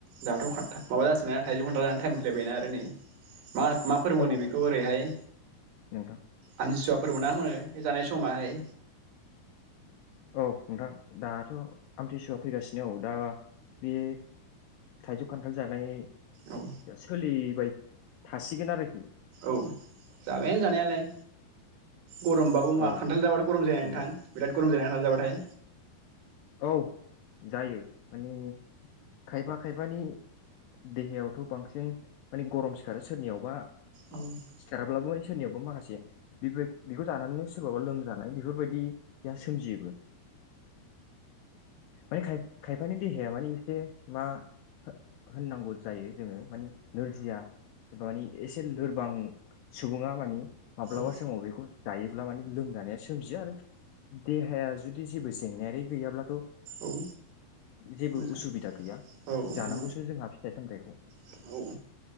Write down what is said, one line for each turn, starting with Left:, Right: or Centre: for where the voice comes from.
Right: दाथ' खान्था माबा जासिगोना थाइजौ खान्थाल जानो टाइम फैलायबायना आरो नै मा मा फोरबो
Left: औ
Right: होनो बेखौ ओरैहाय
Left: नोंथां
Right: आमथिसुवा फोरबोना मा होनो ए जानाय समाहाय
Left: औ नोंथां दाथ' आमथिसुआ फैगासिनो औ दा बे थाइजौ खान्थाल जानाय
Right: औ
Left: सोलिबाय थासिगोन आरोखि
Right: औ जाबायानो जानायालाय गरमबाबो मा
Left: औ
Right: खान्थाल जाबाथ' गम जाया
Left: नंगौ
Right: नोंथां बिराद गरम जाया थाब जाबाथाय
Left: औ जायो माने खायफा खायफानि देहायावथ' बांसिन माने गरम सिखारो सोरनियावबा
Right: औ
Left: सिखाराब्लाबो सोरनियाबा माखासे <unintelligible> बेखौ जानानैनो सोरबाबा लोमजानाय बेफोरबाया सोमजियोबो माने खाय खायफानि देहाया मानि एसे मा हो होननांगौ जायो जोङो माने नोरजिया एबा मानि एसे लोरबां सुबुङा मानि माब्लाबा
Right: औ
Left: समाव बेखौ जायोब्ला माने लोमजानाया सोमजियो आरो देहाया जुदि जेबो जेंनायारि गैयाब्लाथ'
Right: औ
Left: जेबो
Right: मोजां
Left: उसुबिदा गैया
Right: औ नोंथां
Left: जानांगौसो जोंहा थाइ सामथाइखौ
Right: औ औ